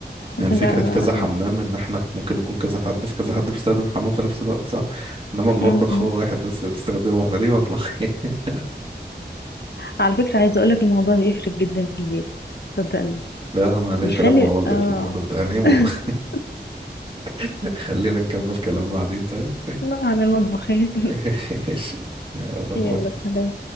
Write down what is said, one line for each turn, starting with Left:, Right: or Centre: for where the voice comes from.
Right: يعني
Left: لا
Right: فكرة
Left: لا
Right: كذا
Left: احنا
Right: حمام إن إحنا ممكن نكون كذا حد في كذا حد بيستخدم الحمام في نفس الوقت صح؟ إنما المطبخ
Left: م- م.
Right: هو واحد بس بيستخدمه فليه مطبخ؟ <laughs>
Left: على فكرة عايزة اقولك الموضوع بيفرق جدا في البيت صدقني
Right: لا أنا ليا
Left: بيخلي
Right: كلام مع والدك
Left: اه
Right: في الموضوع ده يعني إيه مطبخ
Left: <laughs>
Right: <laughs> خلينا نكمل كلام بعدين طيب
Left: عن المطبخين
Right: <laughs> ماشي يلا باي
Left: يلا سلام